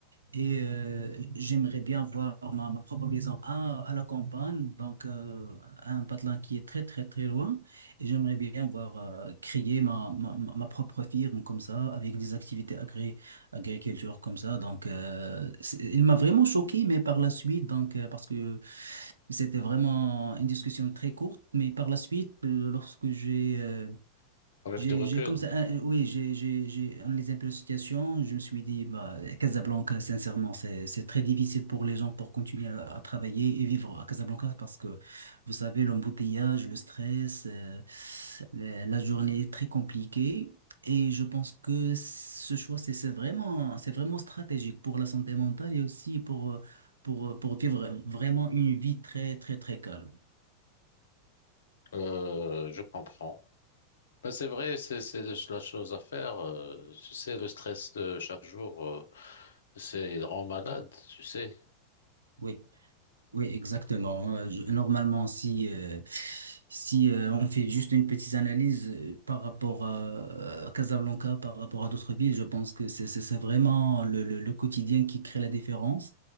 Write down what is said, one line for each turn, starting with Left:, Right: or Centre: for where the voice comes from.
Right: Et euh, j'aimerais bien voir ma, ma propre maison à, à la campagne, donc euh, à un patelin qui est très très très loin. Et j'aimerais bien voir euh, créer ma, ma, ma ma propre firme comme ça, avec des activités agri agriculture comme ça. Donc euh, c'est- il m'a vraiment choqué, mais par la suite, donc euh, parce que c'était vraiment une discussion très courte, mais par la suite, euh, lorsque j'ai euh,
Left: avec
Right: j'ai,
Left: du recul,
Right: j'ai comme ça, euh, oui, j'ai, j'ai, j'ai analysé un peu la situation. Je me suis dit, bah, Casablanca, sincèrement, c'est, c'est très difficile pour les gens pour continuer à, à travailler et vivre à Casablanca parce que, vous savez, l'embouteillage, le stress, euh, la, la journée est très compliquée. Et je pense que ce choix, c'est, c'est vraiment, c'est vraiment stratégique pour la santé mentale et aussi pour, euh, pour, euh, pour vivre vraiment une vie très, très, très calme.
Left: euh, je comprends. Ben, c'est vrai, c'est c'est la chose à faire. euh, tu sais, le stress de chaque jour, euh, c'est il rend malade, tu sais.
Right: Oui. Oui, exactement. Euh, je- Normalement, si, euh, si euh, on fait juste une petite analyse euh, par rapport à, à Casablanca, par rapport à d'autres villes, je pense que c'est c'est- c'est vraiment le, le, le quotidien qui crée la différence.